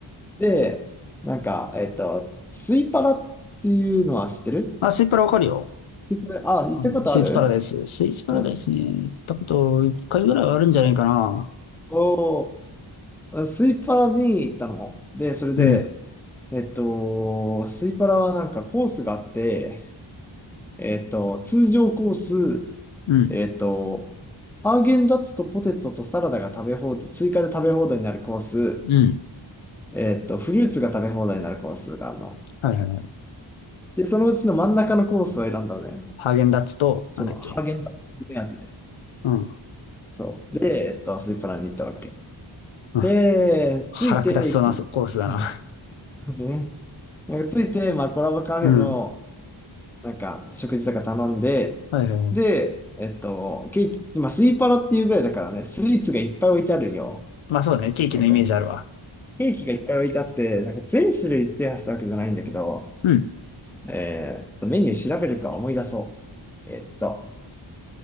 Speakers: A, in the centre; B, on the left.
A: う。で、なんか、えっと、スイパラっていうのは知ってる
B: あ、スイパラわかるよ。
A: スイパラ、あ、行ったことある
B: うん。スイーツパラダイス。スイーツパラダイスね。
A: うん。
B: 行ったこと一回ぐらいはあるんじゃないかな。
A: おースイパラに行ったの。で、それで、
B: うん。
A: えっと、スイパラはなんかコースがあって、えっと、通常コース、
B: うん。
A: えっと、ハーゲンダッツとポテトとサラダが食べ放題、追加で食べ放題になるコース、
B: うん。
A: えっと、フルーツが食べ放題になるコースがあるの。
B: はいはいはい。
A: で、そのうちの真ん中のコースを選んだのね。
B: ハーゲンダッツと、
A: その、
B: なんだっけ。
A: ハーゲンダッツ目当てで。
B: うん。
A: そう。で、えっと、スイパラに行ったわけ。
B: うん。
A: で、
B: 腹下しそうなコースだな。
A: ついて、一、そう、<laughs> ね。なんかついて、まあ、コラボカフェの、
B: うん。
A: なんか、食事とか頼んで、
B: はいはいはい。
A: で、えっと、ケーキ、まあ、スイパラっていうぐらいだからね、スイーツがいっぱい置いてあるんよ。
B: まあそうだね。ケーキのイメージあるわ。
A: なんか、ケーキがいっぱい置いてあって、なんか全種類制覇したわけじゃないんだけど、
B: うん。
A: えーっと、メニュー調べるか思い出そう。えっと、